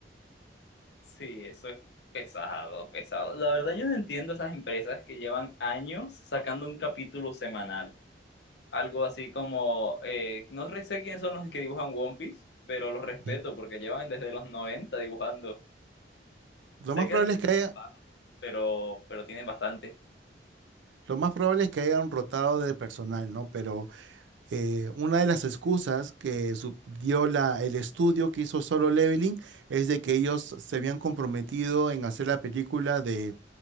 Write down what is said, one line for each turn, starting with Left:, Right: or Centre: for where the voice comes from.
Left: Sí, eso es pesado, pesado. La verdad yo no entiendo esas empresas que llevan años sacando un capítulo semanal. algo así como, eh, no re- sé quiénes son los que dibujan One Piece, pero los respeto
Right: Ujú.
Left: porque llevan desde los 90 dibujando.
Right: Lo
Left: Sé
Right: más
Left: que
Right: probable
Left: han tenido
Right: es que haya,
Left: paros, pero, pero tienen bastante.
Right: lo más probable es que hayan rotado de personal, ¿no? Pero eh, una de las excusas que su- dio la, el estudio que hizo Solo Leveling es de que ellos se habían comprometido en hacer la película de